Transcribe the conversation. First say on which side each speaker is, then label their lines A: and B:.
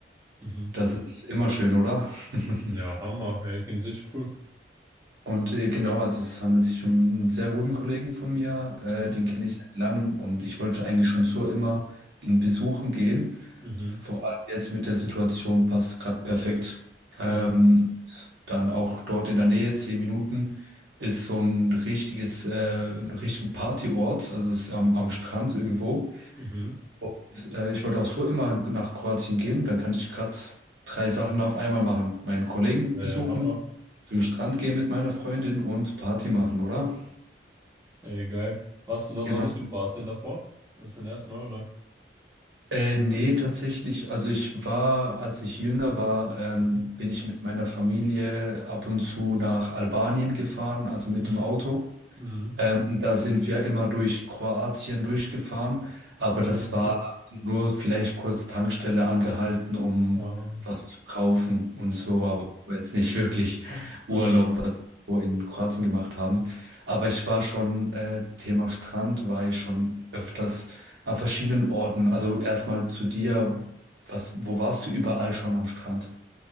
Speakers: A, on the right; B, on the right.
A: Mhm.
B: Das ist immer schön, oder? <laughs>
A: Ja, Hammer. Ey, klingt richtig cool.
B: Und äh, genau, also es handelt sich um einen sehr guten Kollegen von mir, äh,
A: Mhm.
B: den kenne ich seit langem und ich wollte eigentlich schon so immer ihn besuchen gehen.
A: Mhm.
B: Vor allem jetzt mit der Situation passt es gerade perfekt. Ähm,
A: Mhm.
B: dann auch dort in der Nähe, zehn Minuten, ist so ein richtiges, äh, ein richtiger Partyort, also es ist am, am Strand irgendwo.
A: Mhm.
B: Und äh, ich wollte auch so immer nach Kroatien gehen. Dann kann ich gerade drei Sachen auf einmal machen. Meinen Kollegen
A: Ja,
B: besuchen,
A: ja, Hammer.
B: zum Strand gehen mit meiner Freundin und Party machen, oder?
A: Ey, geil. Warst du dann
B: Genau.
A: noch nicht in Kroatien davor? Das ist dein erstes Mal, oder?
B: Äh, nee, tatsächlich. Also ich war, als ich jünger war, ähm,
A: Mhm.
B: bin ich mit meiner Familie ab und zu nach Albanien gefahren, also mit
A: Mhm.
B: dem Auto.
A: Mhm.
B: Ähm, da sind wir immer durch Kroatien durchgefahren, aber
A: Ah,
B: das
A: okay.
B: war nur vielleicht kurz Tankstelle angehalten, um
A: Ähm,
B: was zu kaufen und so, aber das war jetzt nicht <laughs> wirklich Urlaub,
A: Mhm.
B: was wir so in Kroatien gemacht haben. Aber ich war schon, äh, Thema Strand, war ich schon öfters an verschiedenen Orten. Also erstmal zu dir, was, wo warst du überall schon am Strand?